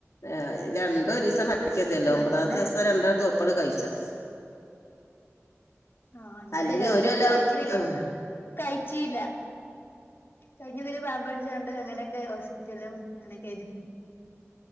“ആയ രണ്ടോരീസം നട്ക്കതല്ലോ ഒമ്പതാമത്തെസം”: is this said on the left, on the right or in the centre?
Left